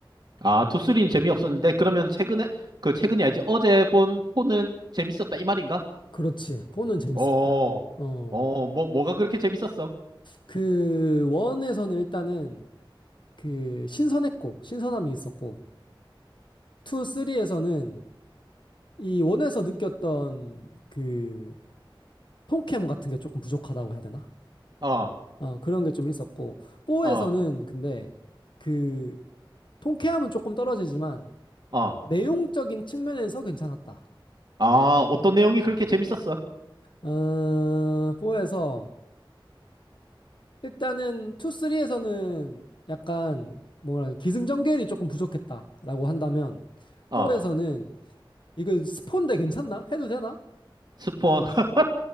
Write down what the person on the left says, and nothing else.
그렇지. 4는 재밌었다.
어,
그 1에서는 일단은 그 신선했고 신선함이 있었고 2, 3에서는 이 1에서 느꼈던 그 통캠 같은 게 조금 부족하다고 해야 되나?
어, 그런 게 좀 있었고, 뽀에서는
근데 그 통쾌함은 조금 떨어지지만
내용적인 측면에서 괜찮았다.
어, 뽀에서 일단은 투쓰리에서는 약간 뭐랄까 기승전결이 조금 부족했다라고 한다면
뽀에서는 이거 스폰데 괜찮나? 해도 되나?